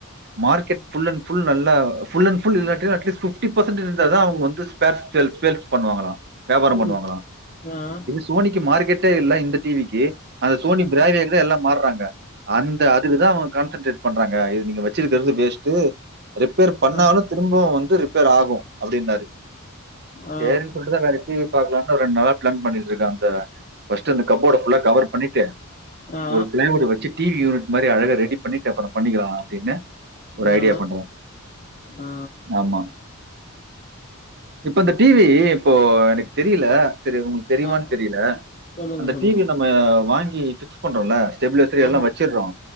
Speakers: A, on the right; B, on the left.
A: மார்க்கெட் ஃபுல் அண் ஃபுல் நல்லா ஃபுல் அண் ஃபுல் இல்லாட்டி அட்லீஸ்ட் ஃபிஃப்டி பர்சன்ட் இருந்தாதா அவுங்க வந்து ஸ்பேர்ஸ் சேல்ஸ் சேல்ஸ் பண்ணுவாங்களா வியாபார
B: ம்.
A: பண்ணுவாங்களா
B: ஆ
A: சோனிக்கு மார்க்கெட்டே இல்ல இந்த டி விக்கு அந்த சோனி
B: ம்.
A: பிராவ்யாக்தா எல்லா மாறாங்க அந்த அதுக்குதா அவுங்க கான்சன்ட்ரேட் பண்றாங்க இது நீங்க வச்சிருக்கிறது வேஸ்ட்டு ரிப்பேர் பண்ணாலு
B: ஆ.
A: திரும்பவு வந்து ரிப்பேர் ஆகு அப்டின்னாரு
B: ஆ.
A: சேரின் சொல்லிட்டுதா வேற டி வி பாக்கலான்னு ரெண்டு நாளா பிளான் பண்ணிட்ருக்க அந்த ஃபஸ்ட்டு அந்த கப்போர்ட ஃபுல்லா கவர் பண்ணிட்டு
B: ஆ.
A: ஒரு பிளேவுட் வச்சு டி வி யூனிட் மாரி அழகா ரெடி பண்ணிட்டு அப்பறோ பண்ணிக்கலா அப்டின்னு ஒரு
B: ஆ.
A: ஐடியா பண்ற
B: ஆ.
A: ஆமா இப்ப இந்த டி வி இப்போ எனக்கு தெரியல தெரியாது உங்களுக்கு தெரியுமான்னு
B: ஆ.
A: தெரில
B: சொல்லுங்க,
A: அந்த
B: சொல்லுங்க.
A: டி வி நம்ம வாங்கி ஃபிக்ஸ் பண்றோல்ல ஸ்டெப்லைசர்
B: ஆமா.
A: எல்லா வச்சுடுறோ